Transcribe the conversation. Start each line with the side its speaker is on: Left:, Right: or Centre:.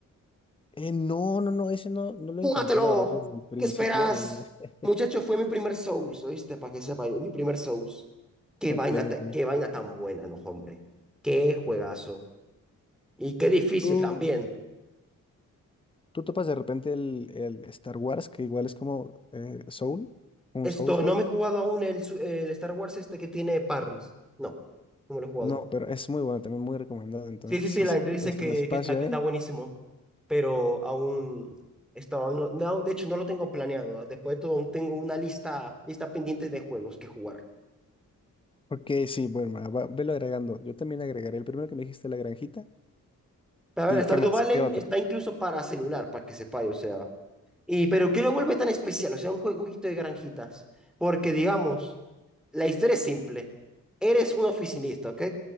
Left: Eh, no, no, no, ese no, no lo
Centre: ¡Júgatelo!
Left: intenté, la verdad, desde el principio.
Centre: ¿Qué esperas?
Left: Desde... <laughs>
Centre: Muchacho, fue mi primer Souls, ¿oíste? Para que sepa, mi primer Souls. Qué
Left: Ok,
Centre: vaina,
Left: ok.
Centre: ta- qué vaina tan buena, no, hombre. Qué juegazo. Y qué difícil
Left: ¿Tú,
Centre: también.
Left: tú topas de repente el, el Star Wars, que igual es como eh, Soul, un
Centre: Esto,
Left: Souls-like?
Centre: no me he jugado aún el, su- el Star Wars este que tiene Parris. No, no me lo he jugado.
Left: No, pero es muy bueno, también muy recomendado. Entonces,
Centre: Sí, sí, sí,
Left: sí,
Centre: la
Left: sí,
Centre: gente dice
Left: puede ser
Centre: que,
Left: un espacio,
Centre: que está, que
Left: ¿eh?
Centre: está buenísimo, pero aún está, no, no, de hecho no lo tengo planeado. Después de todo, aún tengo una lista, lista pendiente de juegos que jugar.
Left: Ok, sí, bueno, va, va- velo agregando. Yo también agregaré el primero que me dijiste, La Granjita.
Centre: A ver,
Left: ¿Y
Centre: Stardew
Left: qué más?
Centre: Valley
Left: ¿Qué otro?
Centre: está incluso para celular, para que sepáis, o sea. Y, pero ¿qué lo vuelve tan especial? O sea, un jue- jueguito de granjitas. Porque, digamos, la historia es simple. Eres un oficinista, ¿ok?